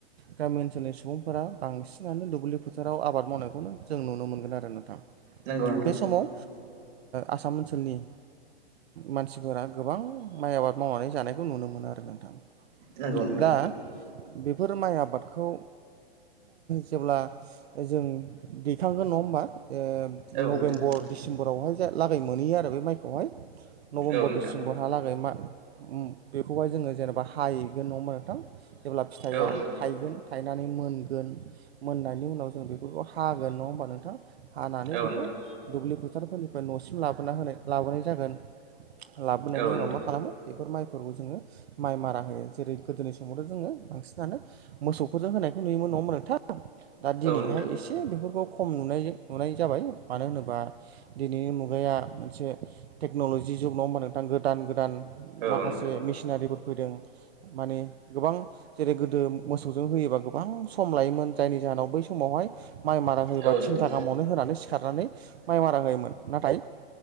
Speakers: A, on the right; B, on the right.
A: गामि ओनसोलनि सुबुंफोरा बांसिनानो दुब्लिफोथार आव आबाद मावनायखौनो जों नुनो मोनगोन आरो नोंथां
B: नंगौ नोंथां
A: बे समाव आसाम ओनसोलनि मानसिफोरा गोबां माइ आबाद मावनानै जानायखौ नुनो मोनो आरो नोंथां
B: नंगौ नोंथां
A: दा बेफोर माइ आबादखौ जेब्ला जों दैखांगोन नङा होमबा
B: औ
A: नभेम्बर
B: नोंथां
A: डिसेम्बरावहाय लागाय मोनहैयो आरो बे माइखौहाय नभेम्बर
B: औ नोंथां
A: डिसेम्बर हालागै मा बेखौहाय जोङो जेनेबा हाहैगोन न'आव मथां जेब्ला फिथाइया
B: औ नोंथां
A: थायगोन थायनानै मोनगोन मोननायनि उनाव जों बेफोरखौ हागोन नङा होमबा नोंथाङा हानानै
B: औ
A: बेखौ
B: नोंथां
A: दुब्लि फोथारफोरनिफ्राय न'सिम लाबोना होनाय लाबोनाय जागोन लाबोनायनि
B: औ नोंथां
A: उनाव मा खालामो बेफोर माइफोरखौ जोङो माइ मारा होयो जेरै गोदोनि समावथ' जोङो बांसिनानो मोसौखौ ज होनायखौ नुयोमोन नङोन नोंथां दा दिनैहाय
B: औ नोंथां
A: एसे बेफोरखौ खम नुनाय नुनाय जाबाय मानो होनोबा दिनैनि मुगाया मोनसे टेक्न'लजि जुग नङा होमबा नोंथां गोदान गोदान
B: औ
A: माखासे
B: नोंथां
A: मेसिनारिफोर फैदों माने गोबां जेरै गोदो मोसौजों होयोबा गोबां सम लायोमोन जायनि जाहोनाव बै समावहाय माइ मारा होयोबा
B: औ नोंथां
A: थिनथा गाहामावनो होनानै सिखारनानै माइ मारा होयोमोन नाथाय